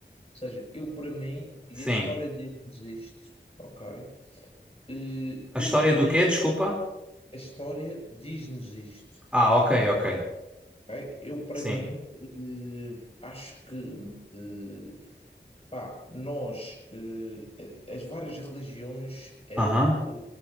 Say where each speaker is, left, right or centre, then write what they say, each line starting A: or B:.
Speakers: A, on the left; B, in the centre.
A: seja, eu para mim, e
B: Sim.
A: a história diz-nos isto, ok? Eh,
B: A
A: Eu
B: história
A: para
B: do
A: mim
B: quê? Desculpa.
A: A história diz-nos isto.
B: Ah, ok, ok.
A: ok? Eu, para
B: Sim.
A: mim, eh, acho que eh, pá, nós, eh, as várias religiões é
B: Aham.
A: o que